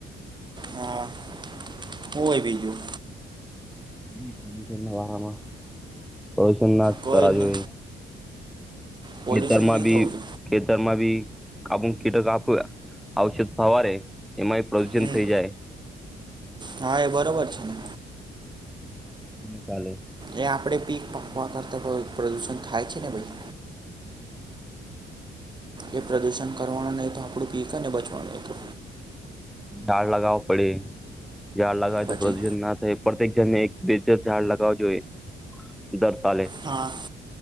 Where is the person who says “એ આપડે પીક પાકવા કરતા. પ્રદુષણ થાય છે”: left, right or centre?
Right